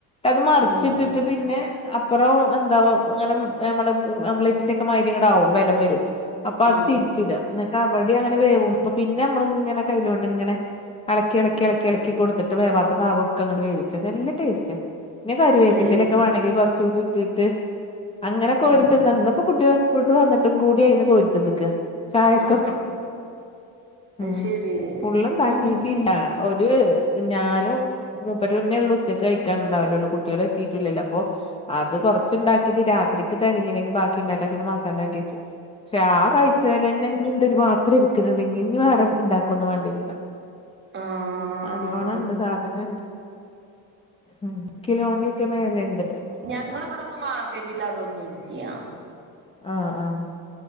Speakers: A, on the left; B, on the right.
A: അത് മറിച്ചിട്ടിട്ട്
B: ഉം
A: ട്ട് പിന്നെ അപ്പറം എന്ത നോ അങ്ങനെ എമ്മളെ ആമ്പ്ലേറ്റ്ന്റെക്കെ മാരിങ്ങട്ട് ആകും. ബലം വരും. അപ്പൊ അത്
B: ആഹ്
A: തിരിച്ചിട ന്ന ട്ട അവടേം അങ്ങനെ വേവും. അപ്പൊ പിന്നെ അമ്മള്ങ്ങനെ കൈയിലോണ്ട് ഇങ്ങനെ എളക്കി എളക്കി എളക്കി എളക്കി കൊടുത്തിട്ട് വേവാത്ത ഭാഗൊക്ക അങ്ങട് വേവിച്ച നല്ല ടേസ് <unintelligible> പിന്നെ കരി വേപ്പിന്റെലേക്ക
B: ഏ
A: വേണെങ്കി കുറച്ച് കൂടി ഇട്ടിട്ട് അങ്ങനെ കോരിത്തിന്ന
B: ആഹ്
A: ഇന്ന്പ്പൊ കുട്ടിയേള് സ്കൂള്ട്ട് വന്നിട്ടും കൂടി അയിന്ന് കോരിത്തിന്ന്ക്ക ചായക്കൊക്കെ
B: ആഹ് ആഹ്
A: ഉം
B: അത് ശരി
A: ഫുള്ളും ഇണ്ടാക്കീട്ടില്ല
B: ആഹ്
A: ഒര് ഞാനും മൂപ്പരന്നെയുള്ളൂ ഉച്ചക്ക് കഴിക്കാണ്ടാവലൊള്ളൂ കുട്ടിയേള് എത്തീട്ടില്ലല്ലോ അപ്പൊ അത് കൊറച്ചുണ്ടാക്കിട്ട് രാത്രി ക്ക് തെകഞ്ഞിലെങ്കി ബാക്കിണ്ടാക്കാ മസാല ആക്കി വെച്ചു. പക്ഷെ ആഹ് കഴിച്ചേലെന്നെ ഇഞ്ഞിണ്ട് ഒരു പാത്രം ഇരിക്കണണ്ട്. ഇഞ്ഞി വേറെ ഇണ്ടാക്കൊന്നും വേണ്ടിയേരൂല
B: ആഹ്
A: നല്ലോണംണ്ട് സാധനണ്ട് ഉം കിലോന്റെയൊക്കെ മേലേണ്ട്
B: ഞങ്ങളവിടൊന്നും മാർക്കറ്റിലതൊന്നും ഇല്ല്യ
A: ആഹ് ആഹ്